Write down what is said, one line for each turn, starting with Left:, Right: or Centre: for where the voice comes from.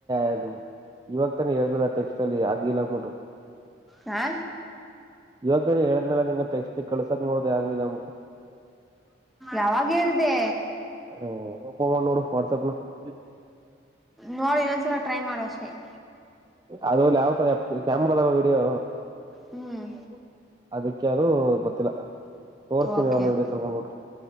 Right: ಹದು ಯುವಕ <inaudible> ಹೇಳಲ್ಲ ಟೆಕ್ಸ್ಟ್ ಅಲ್ಲಿ ಆಗಿಲ್ಲ ಅಂದಬಿಟ್ಟು.
Centre: ಹಾ
Right: ಇವಾಗ ಹೇಳಿದ್ಮನಲ್ಲ ನಿನಗೆಟೆಕ್ಸ್ಟ್ ಕಳಸಕ್ನು ನೋಡದ ಆಗ್ಲಿಲ್ಲಂದಬಿಟ್ಟು.
Centre: ಯಾವಾಗ ಹೇಳ್ದೆ
Right: ಹ ಒಪ್ಪಮ್ಮ ನೋಡ ವಾಟ್ಸಆಪ್ <unintelligible>
Centre: ನೋಡಿ ಇನ್ನೊಂದ್ಸಲ ಟ್ರೈ ಮಾಡುವ ಅಷ್ಟೇ, -
Right: ಅದು ಕ್ಯಾಮ್ರ ವೀಡಿಯೋ
Centre: ಹ್ಮ್
Right: <unintelligible> ಅದಕ್ಕೆದು ಗೊತ್ತಿಲ್ಲ., ತೋರ್ಸತೀನಿ
Centre: ಓಕೆ
Right: ಇರಮ್ಮವಿಡಿಯೋಕಾಲ್
Centre: ಓಕೆ
Right: ಮಾಡ್ಬಿಟ್ಟ